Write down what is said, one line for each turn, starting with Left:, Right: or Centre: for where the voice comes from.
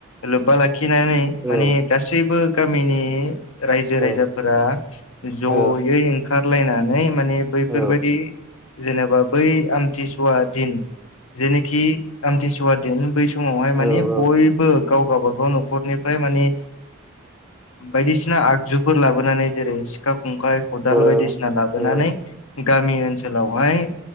Left: लोब्बा लाखिनानै
Centre: औ
Left: माने गासैबो गामिनि रायजो
Centre: औ
Left: राजाफोरा जयै
Centre: औ
Left: ओंखारलायनानै माने बैफोरबायाददि
Centre: औ
Left: जेनेबा बै आमथिसुवा दिन जेनोखि आमथिसुवा दिन बै समावहाय
Centre: औ
Left: माने बयबो गाव गावबागाव न'खरनिफ्राय माने
Centre: <inaudible>
Left: बायदिसिना आगजुफोर लाबोनानै जेरै सिखा खंखाइ खदाल
Centre: औ
Left: बायदिसिना लाबोनानै
Centre: औ
Left: गामि ओनसोलावहाय